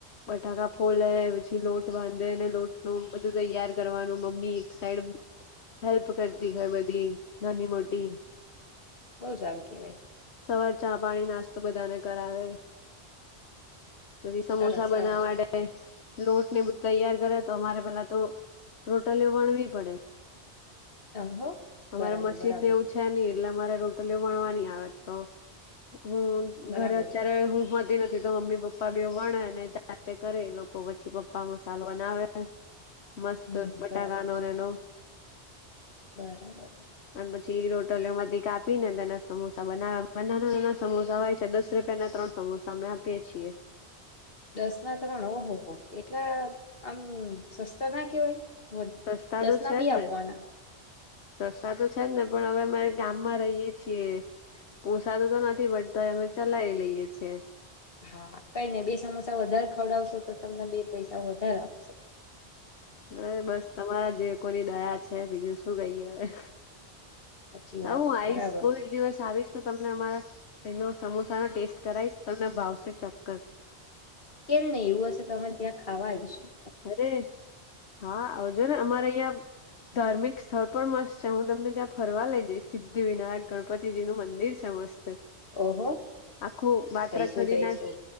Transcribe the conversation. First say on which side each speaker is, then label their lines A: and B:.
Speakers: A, on the left (about 75°); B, on the left (about 60°).
A: બટાકા ફોલે પછી લોટ બાંધે લોટ નું બધું તૈયાર કરવાનું મમ્મી એક સાઈડ હેલ્પ કરતીર બધી નાની મોટી
B: બહુ સારૂ કે વાય
A: સવાર ચા પાણી નાસ્તો બધાને કરાવે. પછી સમોસા
B: સરસ
A: બનાવા
B: સરસ
A: માટે લોટ ને બધ તૈયાર કરે તો અમારે પેલા તો રોટલીઓ ગઠવી પડે
B: ઓહો
A: અમારે
B: બરાબર
A: મશીનને
B: બરાબર
A: છે નહિ એટલે અમારે રોટલી ગઠવાની આવે તો હું
B: બરાબર
A: ઘરે અત્યારે
B: છે
A: હું હોતી નથી તો મમ્મી પપ્પા બી વણને રાતે કરે એ લોકો પછી પપ્પા મસાલો બનાવે. મસ્ત
B: હમ
A: બટાકાને
B: બરાબર છે
A: એનો
B: બરાબર.
A: અને પછી રોટોલીઓ માંથી કાપીને તેના સમોસા બનાવ નાના નાના સમોસા હોય છે દસ રૂપિયા ના ત્રણ સમોસામાં આપીએ છીએ.
B: દસ ના ત્રણ ઓહો હો એટલા આમ સસ્તાના કહેવાય.
A: સસ્તા
B: દસ
A: તો
B: ના
A: છે
B: બે
A: જ
B: આપવાના.
A: ને સસ્તા તો છે જ ને પણ હવે અમારે ગામમાં રહીએ. છીએ પોસાતું તો નથી બટ અમે ચલાય લઈએ છીએ.
B: હા કઈ નય બે સમોસા વધારે ખવડાવશો તો તમને બે પૈસા વધારે આવશે.
A: અરે બસ તમારા જે કોની દયા છે બીજું શું કહીએ હવે.
B: સાચી
A: હા
B: વાત
A: હું આઈશ
B: બરાબર
A: કોઈક દિવસ આવીશ. તો તમને અમારા એનો સમોસા નો ટેસ્ટ કરાઈશ તમને ભાવશે ચોક્કસ.
B: કેમ નહી એવું હશે તો અમે ત્યાં ખાવા આવીઈશું.
A: અરે હા આવજો ને અમારે અહિયાં ધાર્મિક સ્થળ પણ મસ્ત છે હું તમને ત્યાં ફરવા લઈ જઈશ સિદ્ધિ વિનાયક ગણપતિ તીજી નું મંદિર છે મસ્ત
B: ઓહો
A: આખું વાત્રક
B: જઈશું
A: નદીના
B: જઈશું